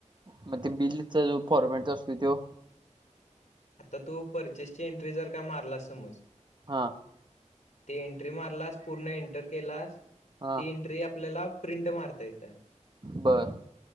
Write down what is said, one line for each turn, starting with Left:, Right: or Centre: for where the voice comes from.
Right: मग ते बिलचं फॉर्मेट जो असतोय तो
Left: आता तू परचेसची एंट्री जर का मारलास समज
Right: हा
Left: ते एंट्री मारलास पूर्ण एंन टर केलास,
Right: हा
Left: ती एंट्री आपल्याला प्रिंट मारता येत्या.
Right: बर